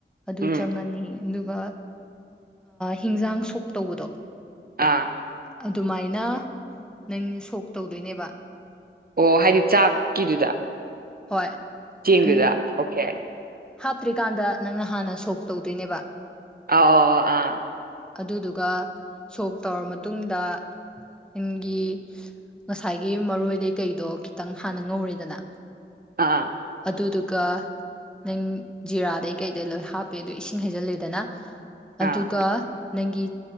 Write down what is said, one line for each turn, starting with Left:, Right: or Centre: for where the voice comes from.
Centre: ꯑꯗꯨ
Right: ꯎꯝ
Centre: ꯆꯪꯉꯅꯤ ꯑꯗꯨꯒ ꯍꯤꯟꯖꯥꯡ ꯁꯣꯛ ꯇꯧꯕꯗꯣ
Right: ꯑꯥ
Centre: ꯑꯗꯨꯃꯥꯏꯅ ꯅꯪꯒꯤ ꯁꯣꯛ ꯇꯧꯗꯣꯏꯅꯦꯕ
Right: ꯑꯣ ꯍꯥꯏꯗꯤ ꯆꯥꯛꯀꯤꯗꯨꯗ
Centre: ꯍꯣꯏ
Right: ꯆꯤꯗꯨꯗ
Centre: ꯅ
Right: ꯑꯣꯀꯦ
Centre: ꯍꯥꯞꯇ꯭ꯔꯤꯀꯥꯟꯗ ꯅꯪꯅ ꯍꯥꯟꯅ ꯁꯣꯛ ꯇꯧꯗꯣꯏꯅꯦꯕ
Right: ꯑ ꯑ ꯑꯥ
Centre: ꯑꯗꯨꯗꯨꯒ ꯁꯣꯛ ꯇꯧꯔ ꯃꯇꯨꯡꯗ ꯅꯪꯒꯤ ꯉꯁꯥꯏꯒꯤ ꯃꯔꯣꯏꯗꯩ ꯀꯩꯗꯣ ꯈꯤꯇꯪ ꯍꯥꯟꯅ ꯉꯧꯔꯦꯗꯅ
Right: ꯑꯥ
Centre: ꯑꯗꯨꯗꯨꯒ ꯅꯪ ꯖꯤꯔꯥꯗꯩ ꯀꯩꯗꯩ ꯂꯣꯏ ꯍꯥꯞꯄꯦ ꯑꯗꯨꯣ ꯏꯁꯤꯡ ꯍꯩꯖꯤꯜꯂꯤꯗꯅ
Right: ꯑꯥ
Centre: ꯑꯗꯨꯒ ꯅꯪꯒꯤ